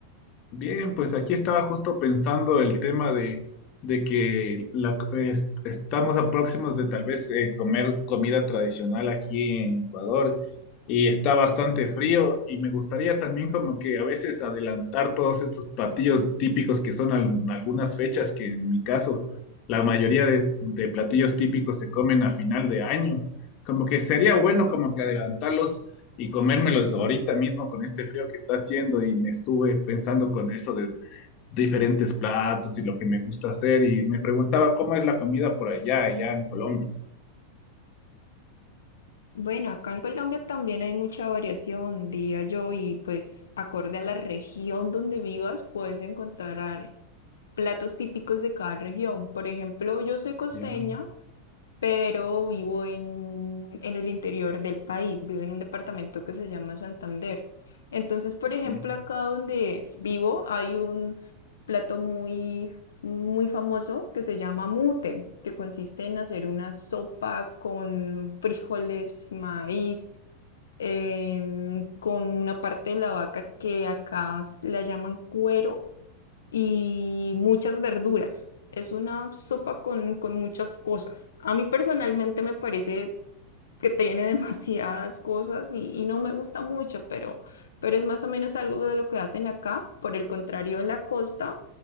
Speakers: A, on the left (about 50°); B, on the left (about 85°).
A: Bien, pues aquí estaba justo pensando el tema de, de que la- es- estamos a próximos de tal vez eh, comer comida tradicional aquí en Ecuador y está bastante frío y me gustaría también como que a veces adelantar todos estos platillos típicos que son al- en algunas fechas que en mi caso la mayoría de, de platillos típicos se comen a final de año. Como que sería bueno como que adelantarlos y comérmelos ahorita mismo con este frío que está haciendo y me estuve pensando con eso de diferentes platos y lo que me gusta hacer y me preguntaba cómo es la comida por allá, allá en Colombia.
B: Bueno, acá en Colombia también hay mucha variación, diría yo, y pues acorde a la región donde vivas puedes encontrar platos típicos de cada región. Por ejemplo, yo soy costeña
A: Ya,
B: pero vivo en, en el interior del país, vivo en un departamento que se llama Santander. Entonces, por
A: ok.
B: ejemplo, acá donde vivo hay un plato muy, muy famoso que se llama mute, que consiste en hacer una sopa con frijoles, maíz, em, con una parte de la vaca que acá s- la llaman cuero y muchas verduras. Es una sopa con, con muchas cosas. A mí personalmente me parece que tiene <laughs> demasiadas cosas y, y no me gusta mucho, pero, pero es más o menos algo de lo que hacen acá. Por el contrario, en la costa